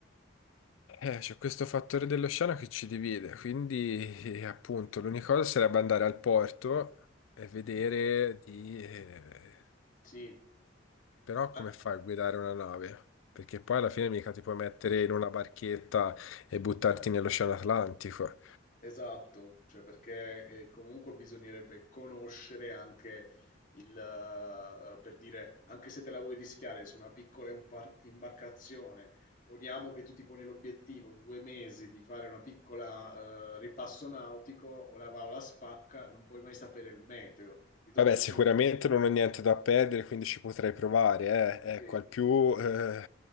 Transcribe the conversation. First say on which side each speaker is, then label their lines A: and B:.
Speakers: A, on the left (about 80°); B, on the left (about 40°).
A: eh, c'è questo fattore dell'oceano che ci divide, quindi eh, appunto l'unica cosa sarebbe andare al porto e vedere di... eh,
B: sì.
A: Però come
B: An-
A: fai a guidare una nave? Perché poi alla fine mica ti puoi mettere in una barchetta e buttarti nell'Oceano Atlantico.
B: Esatto, cioè perché eh, comunque bisognerebbe conoscere anche il, eh, per dire, anche se te la vuoi rischiare su una piccola impar- imbarcazione, poniamo che tu ti poni l'obiettivo in due mesi di fare una piccola eh, ripasso nautico, o la va o la spacca, non puoi mai sapere il meteo, ti trovi
A: Vabbè,
B: al
A: sicuramente
B: centro.
A: non ho niente da perdere, quindi ci potrei provare, eh.
B: Sì,
A: Ecco, al più, eh,